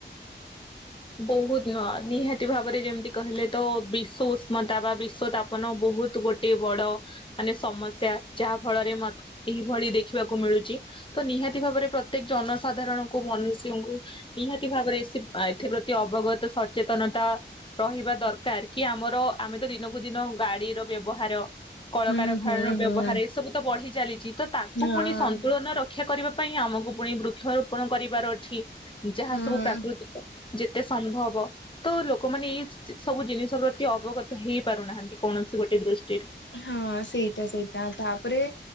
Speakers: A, on the left; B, on the left.
A: ବହୁତ ନୁହଁ ନିହାତି ଭାବରେ ସେ ଯେମତି କହିଲେ ତ ବି ସୁଷ୍ମତା ବା ବିଶ୍ଵତାପନ ବୋହୁତ ଗୋଟେ ବଡ ମାନେ ସମସ୍ୟା ଯାହା ଫଳରେ ମ-ଏହିଭଳି ଦେଖିବାକୁ ମିଳୁଚି ତ ନିହାତି ଭାବରେ ପ୍ରତ୍ୟେକ ଜନସାଧାରଣଙ୍କୁ ମନୁଷ୍ୟ ଠାକୁରଙ୍କୁ ନିହାତି ଭାବରେ। <unintelligible> ଅବଗତ ସଚେତନତା ରହିବା ଦରକାର। କି ଆମର ଆମେ ତ ଦିନକୁ ଦିନ ଗାଡିର ବ୍ୟବହାର କଳକାରଖାନାର
B: ହୁଁ ହୁଁ
A: ବ୍ୟବହାର
B: ହୁଁ।
A: ଏ ସବୁ ତ ବଢି ଚାଲିଛି ତ ତାକୁ
B: ହଁ
A: ପୁଣି ସନ୍ତୁଳନ ରଖ ରକ୍ଷା କରିବା ପାଇଁ ଆମକୁ ପୁଣି ବୃକ୍ଷରୋପଣ କରିବାର ଅଛି ଯାହା
B: ହୁଁ
A: ସବୁ ପ୍ରାକୃତିକ ଯେତେ ସମ୍ଭବ ତ ଲୋକମାନେ <inaudible> ସବୁ ଜିନିଷ ପ୍ରତି ଅବଗତ ହେଇ ପାରୁନାହାନ୍ତି କୌଣସି ଗୋଟେ ଦୃଷ୍ଟି
B: ହଁ ସେଇଟା ସେଇଟା ତାପରେ